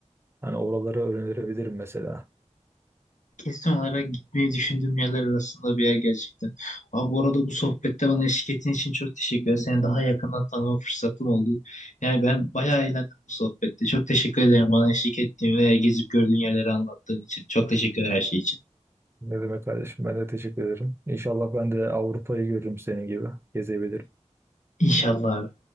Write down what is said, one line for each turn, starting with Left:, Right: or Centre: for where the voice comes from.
Right: Hani oraları öğrenebilirim mesela.
Left: Kesin olarak gitmeyi düşündüğüm yerler arasında bir yer gerçekten. Abi bu arada bu sohbette bana eşlik ettiğin için çok teşekkür ederim. Seni daha yakından tanıma fırsatım oldu. Yani ben bayağı eğlendim bu sohbette. Çok teşekkür ederim bana eşlik ettiğin ve gezip gördüğün yerleri anlattığın için. Çok teşekkür ederim her şey için.
Right: Ne demek kardeşim ben de teşekkür ederim. İnşallah ben de Avrupa'yı görürüm senin gibi. Gezebilirim.
Left: İnşallah.